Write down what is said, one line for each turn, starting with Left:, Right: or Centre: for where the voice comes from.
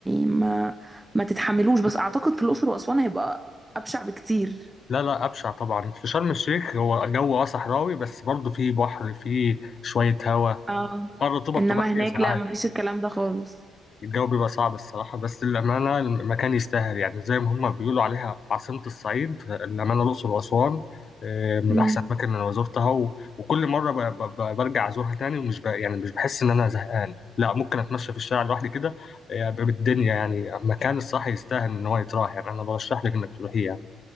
Right: ما ما تتحملوش بس اعتقد في الاقصر واسوان هيبقى ابشع بكتير
Left: لا لا أبشع طبعا في شرم الشيخ هو جو اه صحراوي بس برضه فيه بحر فيه شوية هوا
Right: اه
Left: اه الرطوبة
Right: انما
Left: بتبقى
Right: هناك
Left: عالية ساعات
Right: لا ما فيش الكلام ده خالص
Left: الجو بيبقى صعب الصراحة بس للأمانة المكان يستاهل يعني زي ما هما بيقولوا عليها عاصمة الصعيد الأمانة الأقصر وأسوان آه، من
Right: امم
Left: أحسن الأماكن اللي أنا زرتها و... وكل مرة ب... ب... ب- برجع أزورها تاني ومش ب... يعني مش بحس إن أنا زهقان لا ممكن أتمشى في الشارع لوحدي كده آه، بالدنيا يعني مكان الصح يستاهل إن هو يتراح يعني أنا برشح لك إنك تروحيه يعني.